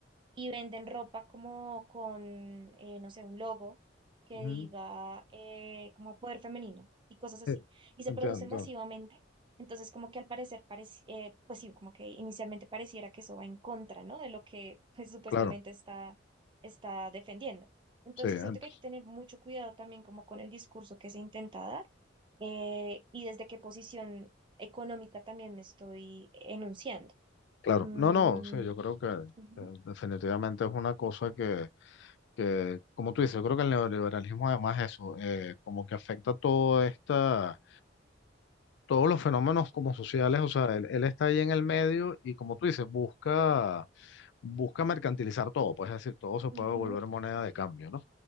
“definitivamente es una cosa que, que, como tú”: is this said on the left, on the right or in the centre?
Left